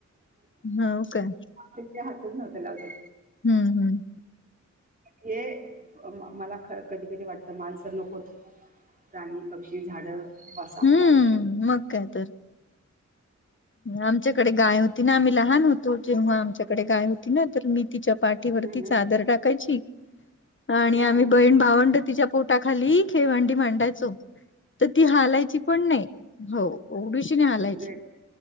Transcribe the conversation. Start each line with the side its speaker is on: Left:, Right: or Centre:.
Left: हो काय
Right: ते हातच नव्हंते लावले.
Left: हम्म. हम्म
Right: हे मला ख कधी कधी वाटतं. माणस नकोत. प्राणी, पक्षी, झाडं बस आपलं
Left: हम्म.
Right: आयुष्य
Left: मग काय तर. आमच्याकडे गाय होती ना. आम्ही लहान होतो. जेव्हा आमच्याकडे गाय होती ना तर मी तिच्या पाठीवरती
Right: हम्म हम्म
Left: चादर टाकायची आणि
Right: हा
Left: आम्ही बहीण भावंड तिच्या पोटाखाली. खेळवांडी मांडायचो. तर ती हालायची पण नाही. हो उभिषिणी हालायची.
Right: ग्रेट